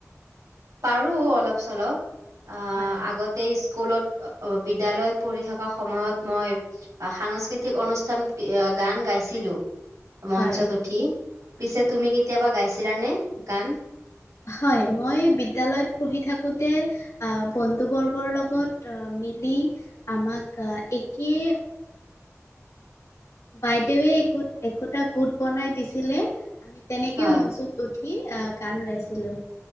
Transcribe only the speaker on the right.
পাৰো অলপ চলপ আহ
আগতে স্কুলত অ' বিদ্যালয়ত পঢ়ি থকা সময়ত মই সাংস্কৃতিক অনুষ্ঠানত গান গাইছিলোঁ। মঞ্চত
উঠি। পিছে তুমি কেতিয়াবা গাইছিলা নে গান?
হয়,